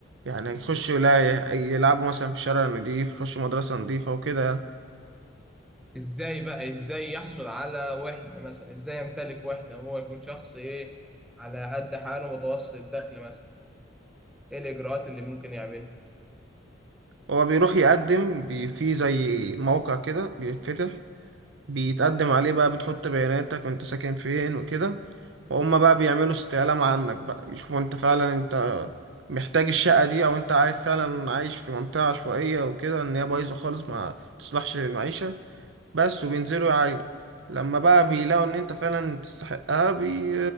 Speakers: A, on the right; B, in the centre.
A: يعني يخشوا يلا- يلعبوا مثلا في شارع نضيف يخشوا مدرسة نضيفة وكده
B: ازاي بقى ازاي يحصل على وحدة مثلا ازاي يمتلك وحدة وهو يكون شخص ايه على قد حاله متوسط الدخل مثلا ايه الإجراءات اللي ممكن يعملها
A: هو بيروح يقدم بي- في زي موقع كده بيتفتح بيتقدم عليه بقى بتحط بياناتك وانت ساكن فين وكده وهم بقى بيعملوا استعلام عنك بقى يشوفوا انت فعلا انت محتاج الشقة دي او انت عايز فعلا عايش في منطقة عشوائية وكده ان هي بايظة خالص ما تصلحش للمعيشة بس وبينزلوا يعاينوا لما بقى بيلاقوا ان انت فعلا تستحقها بي...